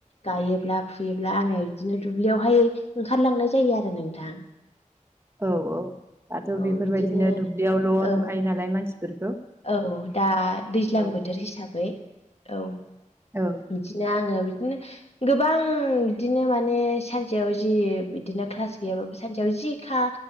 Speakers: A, on the left; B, on the right.
A: गायोब्ला फुयोब्ला आङो बिदिनो दुब्लियावहाय ओंखारलांनाय जायो आरो नोंथां
B: औ औ दाथ'
A: औ
B: बेफोरबायदिनो
A: बिदिनो
B: दुब्लियावल'
A: औ
B: नुखायो नालाय मानसिफोरखौ
A: औ दा दैज्लां
B: औ
A: बोथोर हिसाबै औ
B: औ
A: बिदिनो आङो बिदिनो गोबां बिदिनो माने सानसेयाव जि बिदिनो क्लास गैयाबाबो सानसेयाव जि खा